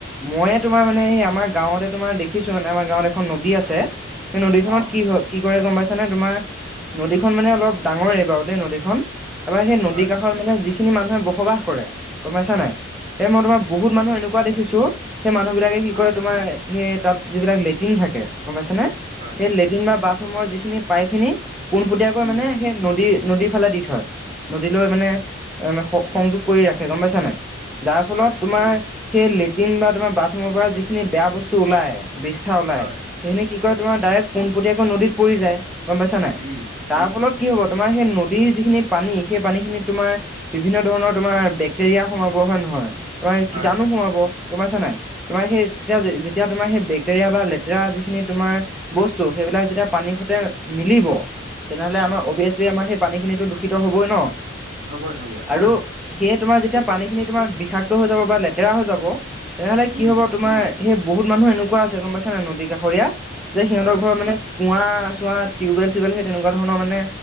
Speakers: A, in the centre; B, on the right.
A: ময়ে তোমাৰ মানে আমাৰ গাঁৱতে তোমাৰ দেখিছো মানে আমাৰ গাঁৱত এখন নদী আছে সেই নদীখনত
B: অ
A: কি হয় কি কৰে গম পাইছানে তোমাৰ নদীখন মানে অলপ ডাঙৰেই বাৰু দেই নদীখন। এবাৰ সেই নদী
B: হয়
A: কাষৰ মানে যি খিনি মানুহে বসবাস কৰে গম পাইছা নাই এই মই তোমাৰ বহুত মানুহ এনেকুৱা দেখিছো সেই মানুহ বিলাকে
B: অ
A: কি কৰে তোমাৰ সেই তাত যিবিলাক লেটিন থাকে গম পাইছে নে
B: হয়
A: সেই লেটিন বা বাট ৰুমৰ যিখিনি পাইপ খিনি পোনপটীয়াকৈ
B: উম
A: মানে সেই নদী নদীৰ ফালে দি থয় নদীলৈ মানে এ সংযোগ কৰি ৰাখে গম পাইছা নাই। যাৰ ফলত
B: হয় হয়
A: তোমাৰ সেই লেট্ৰিন বা তোমাৰ বাথৰুমৰ পৰা যিখিনি বেয়া বস্তু ওলাই বিষ্ঠা ওলাই
B: হয়
A: সেইখিনি কি
B: হয়
A: কয় তোমাৰ
B: হয়
A: ডাইৰেক্ট পোনপটীয়াকৈ নদীত পৰি যায় গম পাইছা নাই।
B: উম
A: তাৰ ফলত কি হ'ব তোমাৰ সেই নদীৰ যিখিনি পানী সেই পানীখিনিত তোমাৰ বিভিন্ন ধৰণৰ তোমাৰ বেক্টেৰিয়া সোমাব, হয় নহয় তোমাৰ
B: হয়
A: কীটানো
B: হয়
A: সোমাব গম পাইছা নাই। তোমাৰ সেই তেতিয়া যেতিয়া তোমাৰ সেই বেক্টেৰিয়া বা লেতেৰা যিখিনি তোমাৰ বস্তু সেইবিলাক যেতিয়া পানী সতে মিলিব তেনেহলে
B: হয়
A: আমাৰ অভিয়াচলি আমাৰ সেই পানীখিনিত দূষিত হ'বই ন।
B: হবই-হবই।
A: আৰু সেয়ে তোমাৰ যেতিয়া পানীখিনি তোমাৰ বিষাক্ত হৈ যাব বা লেতেৰা হৈ যাব তেনেহলে
B: উম
A: কি হব তোমাৰ সেই বহুত মানুহ এনেকুৱা আছে গম পাইছা নাই নদী কাষৰীয়া যে সিহঁতৰ
B: হয়
A: ঘৰ মানে কুঁৱা চোৱা টিউবৱেল চিউবেল সেই তেনেকুৱা ধৰণৰ মানে